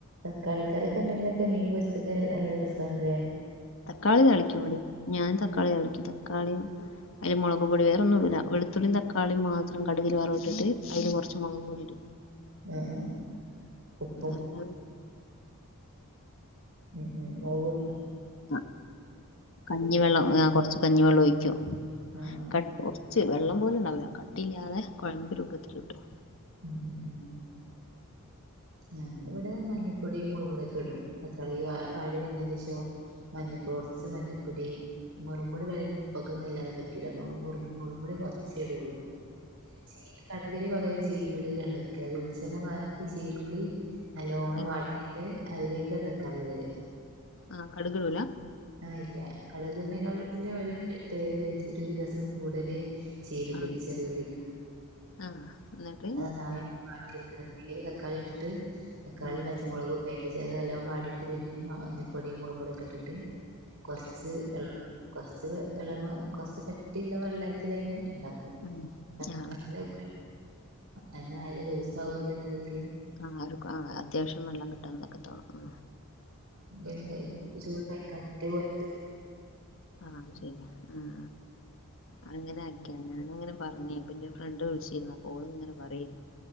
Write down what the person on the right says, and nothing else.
കളിക്കറിക്കെ ഇണ്ടെങ്കിലൊക്കെ മീൻ പൊരിച്ചക്കെ നല്ല രസാണ്ലെ
ഉം ഉം ഉപ്പു
ഉം ഉം മൊളകൊടി
കട്ടില്ലാ
ആഹ് ആഹ്
ഉം ഉം ഉം ഞങ്ങള്വ്ടെ മഞ്ഞപ്പൊടീം മൊളക്പൊടിക്കെ ഇടും തക്കാളീ വാടി വന്നീന്റേഷം മഞ്ഞപ്പ കൊറച്ച് മഞ്ഞപ്പൊടി മൊറൊപൊടി വെ ഇപ്പക്കൊന്നും ഇല്ലാതെ പറ്റൂല അ മൊറ കുറച്ചെടൊള്ളു. ചീ കട്കിന് പകരം ചീ ചീരുള്ളീലാണ് വെക്ക വെളിച്ചെണ്ണ പാന്ന്ട്ട് ചീരുള്ളി നല്ലോണം
വാട്ടീട്ട് അതിലേക്ക തക്കാളിടല്
ല്ല കടഗ്ടീണെകാ ഒര് രുചി രസം കൂടല് ചീരുള്ളിക്ക്
ചെറിയുള്ളീക
അത് നന്നായിട്ട് വാട്ടിട്ക ഇല്ലെങ്കി ത ക്കാളി ഇട്ടിട്ട് തക്കാളി
പച്ചമൊളകു ഇടണയ് തിരിചെ അത് നല്ലൊം വാടീട്ട് പിന്നെ മഞ്ഞപ്പൊടിം മൊളകും പൊടിക്കെ ഇട്ടിട്ട് കൊറച്ച് വെള്ളം കൊറച്ച് വെള്ളപാർന്ന് കൊറച്ച് കട്ടിള്ള വെള്ളത്തിലെന്നെ ണ്ടാക്കും
<unintelligible>
എന്നാ നല്ല ലൂസാവൂല്ല ന്നല്ലതില്
ഇങ്ങനൊകെ ചോറ് കഴിക്കാൻ പറ്റ്യ <unintelligible>